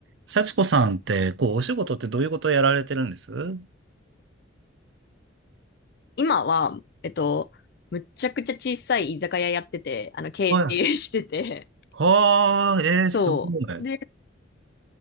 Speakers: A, on the right; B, on the left.
A: 幸子さんって、こう、お仕事ってどういうことをやられてるんですは
B: 今は、えっと、むっちゃくちゃ小さい居酒屋やってて、あの、経営してて、
A: い。はあ、
B: <laughs>
A: えー、
B: そう。
A: すごい。
B: で、